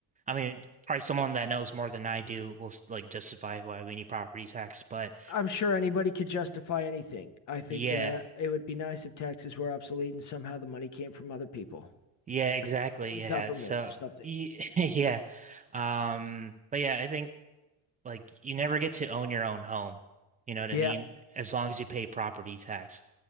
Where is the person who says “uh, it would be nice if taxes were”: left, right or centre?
Left